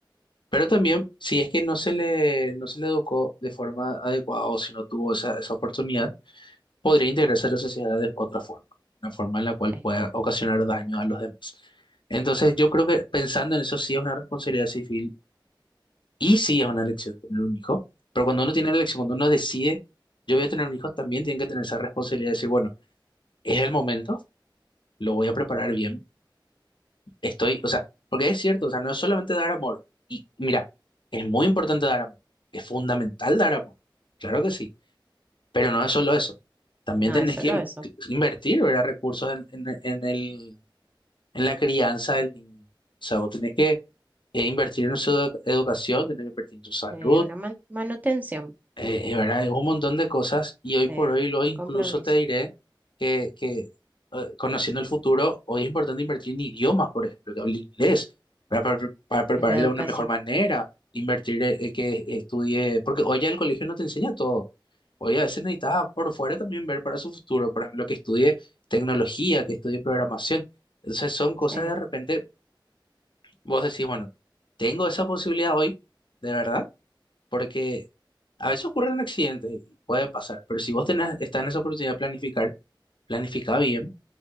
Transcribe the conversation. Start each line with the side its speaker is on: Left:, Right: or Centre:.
Left: Pero también, si es que no se le, no se le educó de forma adecuada o si no tuvo esa, esa oportunidad podría integrarse a la sociedad de otra forma, una forma en la cual
Right: sí.
Left: pueda ocasionar daño a los demás. Entonces, yo creo que pensando en eso sí es una responsabilidad civil y sí es una elección tener un hijo, pero cuando uno tiene la elección, cuando uno decide, yo voy a tener un hijo, también tiene que tener esa responsabilidad de decir, bueno, es el momento, lo voy a preparar bien, estoy, o sea, porque es cierto, o sea, no es solamente dar amor, y mira, es muy importante dar amor, es fundamental dar amor, claro que sí. Pero no es solo eso. También
Right: No
Left: tenés
Right: es solo
Left: que in-
Right: eso.
Left: invertir, ¿verdad? Recursos en, en- en el, en la crianza del niño. O sea, vos tenés que eh, invertir en su edu- educación, tenés que invertir en su salud,
Right: eh, una man- manutención,
Left: eh, eh, ¿verdad? Es un montón de cosas y hoy
Right: sí,
Left: por hoy lo
Right: un
Left: incluso
Right: compromiso
Left: te diré que, que eh, conociendo el futuro, hoy es importante invertir en idiomas, por ejemplo, que hable inglés, ¿verdad? Para, pre- para prepararle
Right: en la
Left: de
Right: educación.
Left: una mejor manera, invertir en, en que estudie, porque hoy ya el colegio no te enseña todo. Hoy a veces necesitas por fuera también ver para su futuro, por ejemplo, que estudie tecnología, que estudie programación. Entonces son cosas
Right: Sí,
Left: de repente, vos decís, bueno, tengo esa posibilidad hoy, de verdad. Porque a veces ocurren accidentes y puede pasar, pero si vos tenés, estás en esa oportunidad de planificar, planifica bien